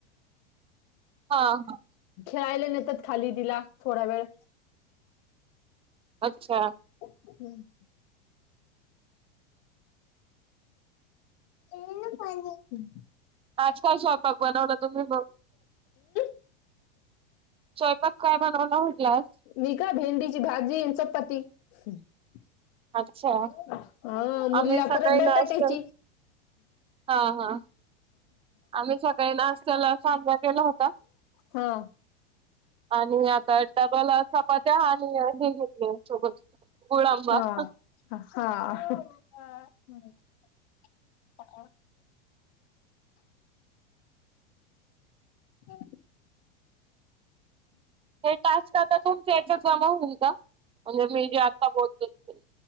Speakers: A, on the right (about 15°); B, on the left (about 50°).
A: हा हा
B: खेळायला नेतात खाली तिला थोडा वेळ
A: अच्छा
B: हम्म. एन पहि
A: आज काय स्वयंपाक बनवला तुम्ही मग
B: <unintelligible> <inaudible>
A: चयपाात काय बनवला होटलास.
B: मी का भेंडीची भाजीऽन चपाती.. हां,,
A: अच्छा
B: मुलीला
A: आम्ही सकाळी
B: परत बटाट्यायचीऽऽ
A: नाश्ता हा, हा आम्ही सकाळी नाशत्याला सांजा केला होता.
B: हा
A: आणि आता डबल चपात्या आणि हे घेतले या सोबत.. गुंळाबा,
B: हा
A: हहह
B: हा, हा,
A: हे टास्क आता तुमच्या हच जमा होईल का? म्हज म जे आता बोलतोय तेऽ